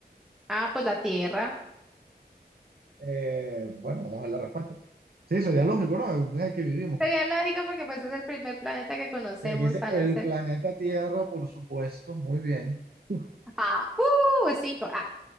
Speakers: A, in the centre; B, on the right.
A: Ah, pues la Tierra.
B: Eh, bueno, vamos a ver la respuesta. Sí, sería lógico, ¿no? Es el que vivimos.
A: Sería lógico porque pues es el primer planeta que conocemos
B: Sí, aquí dice
A: a
B: el
A: no ser.
B: planeta Tierra, por supuesto, muy bien. Vamos
A: Ah, uh, cinco. Ah,